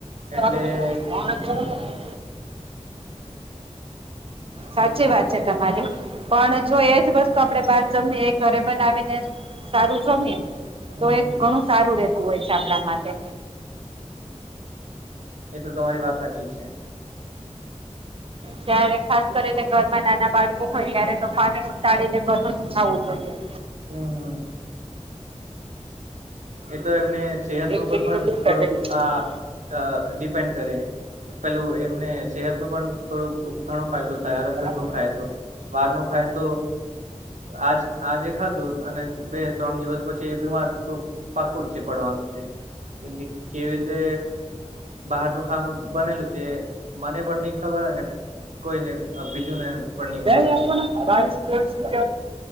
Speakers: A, on the right; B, on the right.
A: એટલે.
B: હોય <unintelligible> <inaudible> સાચી
A: હમ હમ
B: વાત છે તમારી પણ જો એજ વસ્તુ આપડે બાર જમી એ ઘરે બનાવીને સારું જમીએ
A: હમ
B: તો એ
A: હમ
B: ઘણું સારું રેતું હોય છે આપણા માટે
A: એ તો તમારી વાત સાચી છે.
B: ત્યારે ખાસ કરીને ઘર માં નાના બાળકો હોય ત્યારે તો ફટણ ઉટાળીને ઘરું નુ જ ખાઉ જોઈએ.
A: હા હા. એ તો એમને સેહત નું
B: એકદમ
A: પણ
B: સાચી
A: થોડુંક
B: વાત છે. એકદમ
A: આ અ ડિપેન્ડ કરે પેલું એમને સેહતનું પણ થોડુંક ઘણો ફાયદો થાય
B: સાચી
A: અગર ઘરનું
B: વાત
A: ખાય તો બારનું ખાય તો આજ આજે ખાધું અને બે ત્રણ દિવસ પછી એ બીમાર પાકું જ છે પડવાનું છે કેમ કે કેવી રીતે બહારનું ખાનું બનેલું છે મને પણ નઈ ખબર અને કોઈને બીજું ને પણ નહી
B: બેલ
A: ખબર.
B: આપો ને બાવિશ પેલેસ્ટ. સાચી